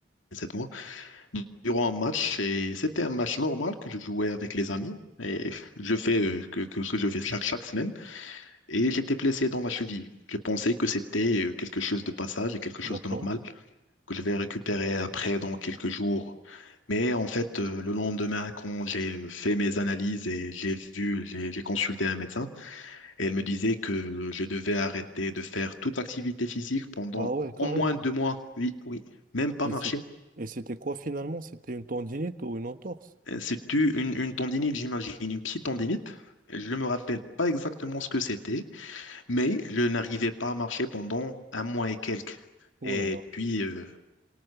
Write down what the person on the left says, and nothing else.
sept mois, durant un match. Et c'était un match normal que je jouais avec les amis. Et je fais euh, que, que, que je fais chaque, chaque semaine. Et j'étais blessé dans la cheville. Je pensais que c'était euh, quelque chose de passage et quelque chose
de normal que je vais récupérer après dans quelques jours. Mais en fait, euh, le lendemain, quand j'ai fait mes analyses et j'ai vu, j'ai j'ai consulté un médecin, et elle me disait que je devais arrêter de faire toute activité physique pendant
au
moins deux mois. Oui, oui, même pas
marcher.
Euh, C'est-tu une, une une tendinite, j'imagine, une petite tendinite? Je ne me rappelle pas exactement ce que c'était, mais je n'arrivais pas à marcher pendant un mois et quelques.
Et
puis, euh,